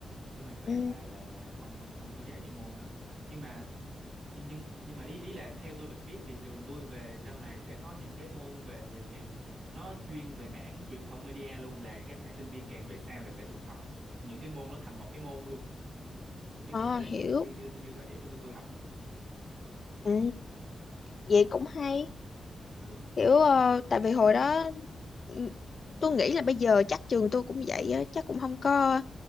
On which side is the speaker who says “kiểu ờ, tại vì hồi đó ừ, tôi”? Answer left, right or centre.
Left